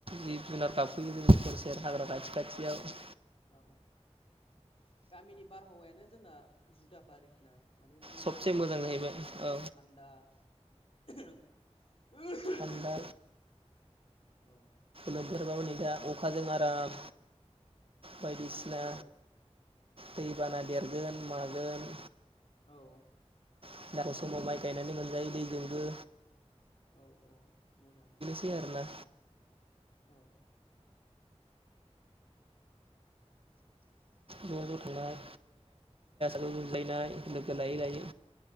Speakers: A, on the right; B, on the left.
A: जिब जुनार
B: औ
A: गाब फैयो सेर सेर हाग्रा खाथि खाथियाव
B: औ गामिनि बारहावायानो जोंना जुदा आरोखिना माने मोजां
A: सबसे
B: गुसु
A: जाहैबाय औ
B: थान्दा <unintelligible>
A: थान्दा
B: औ
A: लोमफेरबा हनै दा अखाजों आराम बायदिसिना
B: औ
A: दैबाना देरगोन मागोन
B: औ
A: <unintelligible> खौ समाव माइ गायनानै मोनजायो दैजोंबो
B: औ औ मोजां
A: बि आरो ना
B: औ
A: ज' ज' थांनाय <unintelligible> लायनाय लोगो लायै लायै
B: औ